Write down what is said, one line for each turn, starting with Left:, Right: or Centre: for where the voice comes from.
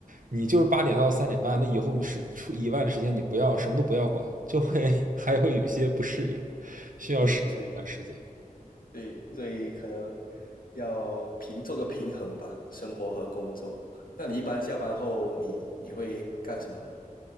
Right: 你就是八点到三点半，那以后你是出以外的时间你不要什么都不要管，就会 <laughs> 还会有些不适应，需要适应一段时间。
Left: 对，所以对，所以可能要平做个平衡吧，生活和工作。那你一般下班后你你会干什么呢？